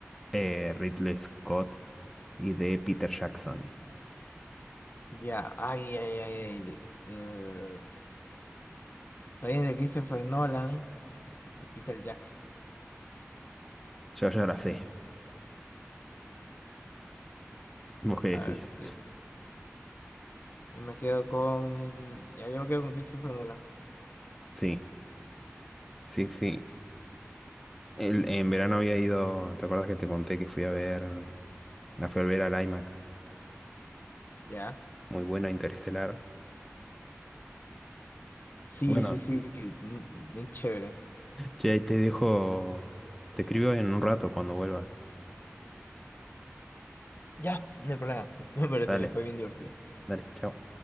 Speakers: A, in the centre; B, on the left.
A: eh, Ridley Scott. Y D. Peter Jackson.
B: Ya, ay, ay, ay, ay. Eh, estoy en el Christopher Nolan y Peter Jackson.
A: Yo ya la sé. ¿Vos qué decís?
B: A ver, ya- yo, me quedo con. Ya, yo me quedo con Christopher Nolan.
A: Sí, sí, sí. El- en verano había ido. ¿Te acuerdas que te conté que fui a ver. La fui a ver al IMAX.
B: Ya.
A: Muy buena, Interestelar.
B: Sí,
A: Bueno,
B: sí, sí, mm, bien chévere.
A: che, te dejo. Te escribo en un rato cuando vuelva.
B: Ya, no hay problema. <laughs> Me parece
A: Dale,
B: bien, fue bien divertido.
A: dale, chao.